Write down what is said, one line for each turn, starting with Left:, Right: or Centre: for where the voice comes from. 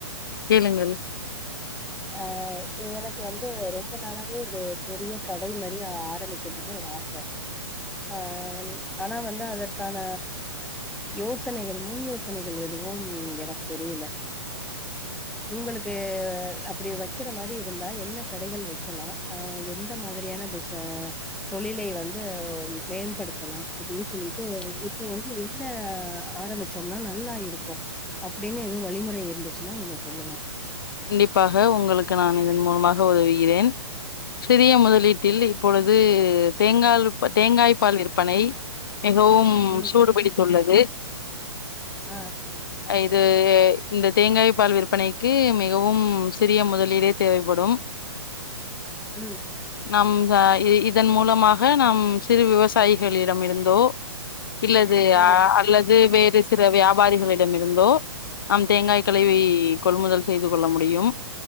Left: கேளுங்கள்
Centre: அஹ் எனக்கு வந்து ரொம்ப நாளாவே ஒரு சிறிய கடை மாரி ஆரம்பிக்கணும்னு ஒரு ஆச ஆஹ் ஆனா வந்து அதற்கான யோசனைகள் முன் யோசனைகள் எதுவும் எனக்கு தெரியல உங்களுக்கு அப்படி வைக்கிற மாரி இருந்தா என்ன கடைகள் வைக்கலாம் எந்த மாதிரியான பிச த தொழில் லே வந்து மேம்படுத்தலாம் அப்படின்னு சொல்லிட்டு இப்போ வந்து என்ன ஆரம்பிச்சோம்னா நல்லா இருக்கும் அப்படின்னு எதுவும் வழிமுறை இருந்துச்சுன்னா நீங்க சொல்லுங்க
Left: கண்டிப்பாக உங்களுக்கு நான் இதன் மூலமாக உதவுகிறேன் சிறிய முதலீட்டில் இப்பொழுது தேங்காய் தேங்காய்ப் பால் விற்பனை மிகவும்
Centre: ம்
Left: சூடுபிடி துல்லது
Centre: ஆஹ்
Left: இது இந்த தேங்காய் பால் விற்பனைக்கு மிகவும் சிறிய முதலீடே தேவைப்படும்
Centre: ம்
Left: நம்ஹ இதன் மூலமாக நாம் சிறு விவசாயிகளிடமிருந்தோ இல்லது
Centre: ம்
Left: அல்லது வேற று சிறு வியாபாரிகளிடம் இருந்தோ நம் தேங்காய்களை
Centre: ம்
Left: கொள்முதல் செய்து கொள்ள முடியும்